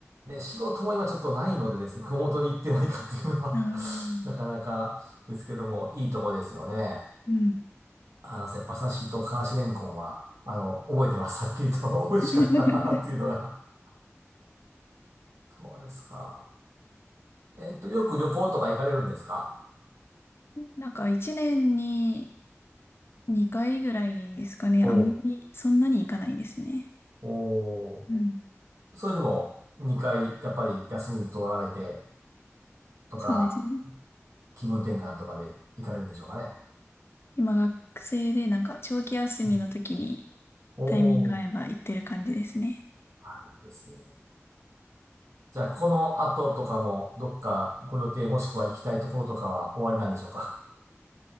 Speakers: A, on the right; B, on the left.
A: で、仕事も今ちょっとないのでですね、熊本に行ってないかっていうのは
B: あ、
A: <laughs> なかなかですけども、いいとこですよね。
B: うん。
A: あの、馬刺しとからしれんこんは、あの、覚えてます。はっきりと <laughs> 美味しかったなっていうのが。
B: <laughs>
A: <laughs> そうですか。えっと、よく旅行とか行かれるんですか
B: なんか一年に2回ぐらいですかね。
A: おう
B: あんまりそんなに行かないですね。
A: おう
B: うん。
A: それでも、2回、やっぱり休み取られてとか、
B: そうですね。
A: 気分転換とかで行かれるんでしょうかね。
B: 今学生でなんか長期休みの時に
A: はいおお、
B: タイミング合えば行ってる感じですね。
A: はい、いいですね。じゃあ、この後とかも、どっかご予定もしくは行きたいところとかは終わりなんでしょうか